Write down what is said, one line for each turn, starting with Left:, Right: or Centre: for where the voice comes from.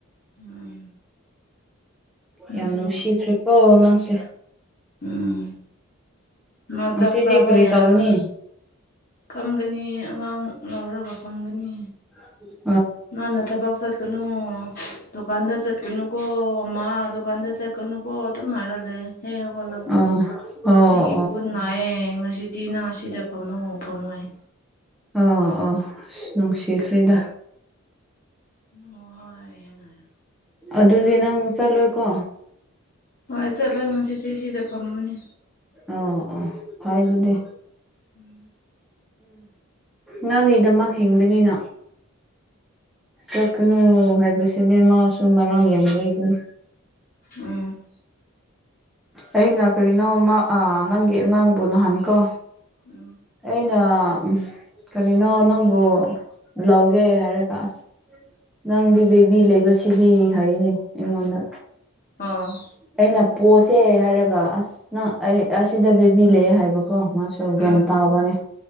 Left: ꯎꯝ
Centre: ꯌꯥꯝ
Left: ꯑꯗꯨꯒꯤ
Centre: ꯅꯨꯡꯁꯤꯈ꯭ꯔꯦꯀꯣ ꯑꯉꯥꯡꯁꯦ
Left: ꯎꯝ ꯃꯥ
Centre: ꯉꯁꯤꯗꯤ
Left: ꯆꯥꯛ ꯆꯥꯕ
Centre: ꯀꯔꯤ
Left: ꯌꯥꯔ
Centre: ꯇꯧꯒꯅꯤ
Left: ꯐꯝꯒꯅꯤ ꯑꯉꯥꯡ ꯂꯧꯔꯒ ꯐꯝꯒꯅꯤ
Centre: <unintelligible>
Left: ꯃꯥꯅ ꯊꯕꯛ ꯆꯠꯀꯅꯨ ꯗꯨꯀꯥꯟꯗ ꯆꯠꯀꯅꯨ ꯀꯣ ꯃꯥ ꯗꯨꯀꯥꯟꯗ ꯆꯠ ꯀꯅꯨꯀꯣ ꯑꯗꯨꯝ ꯍꯥꯏꯔ ꯂꯩꯍꯦ ꯍꯦꯛ ꯍꯧꯒꯠꯂ
Centre: ꯑꯣ ꯑꯣ ꯑꯣ
Left: ꯑꯩꯒꯤ ꯀꯨꯟ ꯅꯥꯏꯌꯦ ꯉꯁꯤꯗꯤ ꯅꯪ ꯑꯁꯤꯗ ꯐꯝꯃꯣ ꯐꯝꯃꯣ ꯍꯥꯏ
Centre: ꯑꯣ ꯑꯣ ꯅꯨꯡꯁꯤꯈ꯭ꯔꯦꯗ
Left: <unintelligible>
Centre: ꯑꯗꯨꯗꯤ ꯅꯪ ꯆꯠꯂꯣꯏꯀꯣ
Left: ꯍꯣꯏ ꯆꯠꯂꯣꯏ ꯉꯁꯤꯗꯤ ꯁꯤꯗ ꯐꯝꯃꯅꯤ
Centre: ꯑꯣ ꯑꯣ ꯐꯩ ꯑꯗꯨꯗꯤ꯫
Left: <unintelligible>
Centre: ꯅꯪꯒꯤꯗꯃꯛ ꯍꯤꯡꯕꯅꯤꯅ꯫ ꯆꯠꯀꯅꯨ ꯍꯥꯏꯕꯁꯤꯗꯤ ꯃꯥꯁꯨ ꯃꯔꯝ ꯌꯥꯝ ꯂꯩꯕꯅꯤ꯫
Left: ꯎꯝ
Centre: ꯑꯩꯅ ꯀꯔꯤꯅꯣꯃ ꯑꯥ ꯪꯪꯒꯤ ꯑꯉꯥꯡꯕꯨ ꯅꯍꯥꯟ ꯀꯣ꯫
Left: ꯎꯝ
Centre: ꯑꯩꯅ ꯎꯝ ꯀꯔꯤꯅꯣ ꯅꯪꯕꯨ ꯂꯧꯒꯦ ꯍꯥꯏꯔꯒ ꯑꯁ꯫ ꯅꯪꯗꯤ ꯕꯦꯕꯤ ꯂꯩꯕꯁꯤꯗꯤ ꯍꯥꯏꯅꯦ ꯑꯩꯉꯣꯟꯗ꯫
Left: ꯑꯣ
Centre: ꯑꯩꯅ ꯄꯣꯁꯦ ꯍꯥꯏꯔꯒ ꯑꯁ ꯅꯪ ꯑꯩ ꯑꯁꯤꯗ ꯕꯦꯕꯤ ꯂꯩ ꯍꯥꯏꯕꯀꯣ ꯃꯥꯁ ꯇꯨ
Left: ꯎꯝ
Centre: ꯒ꯭ꯌꯥꯟ ꯇꯥꯎꯕꯅꯦ